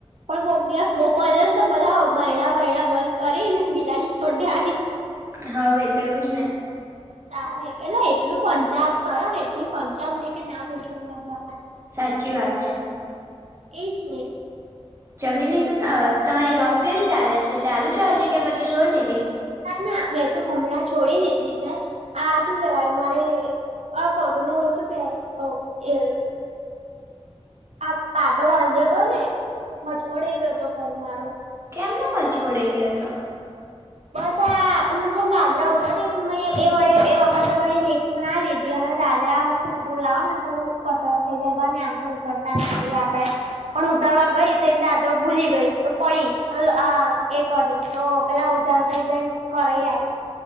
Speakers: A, on the right; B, on the right.
A: પકો તો બધા બય ણા બહેણા બંધ કરી ને બિલાડી છોડેની
B: હોવ એતો એવું જ ને
A: તારે એટલે એટલું પંચાયત કરો ને એટલી પંચાયત ને કે ના પૂછવાનું વાત બાપા
B: સાચી વાત છે.
A: એજ ને
B: જમી લીધું ત તમારી જોબ કેવી ચાલે છે ચાલુ છે હજી કે પછી છોડ દીધી
A: ના ના મેં તો હમણાં છોડી દીધી છે આ શું કેવાય મારે આ પગનું શું કેવાય અવ એ આ પાટો બાંધ્યો હતો ને મજકોડાઈ ગયો હતો પગ મારો
B: એમનો મજકોડાઈ ગયો હતો
A: બસ આ આ હું જેમ દાદરા ઉતરતી હતી ને મેં એ વડે એ વખતે વડે લિફ્ટમાં ના લીધી અને દાદરા ઉતરું લાવોને થોડું કસરત થઈ જાય બને આમ તો ઉતરતા થઈએ આપડે પણ ઉતરવા ગઈ તો એક દાદરો ભૂલી ગઈ તો પડી તો આ એ કર્યો તો પેલા જેમ તઈ જઈને કરાય આઈ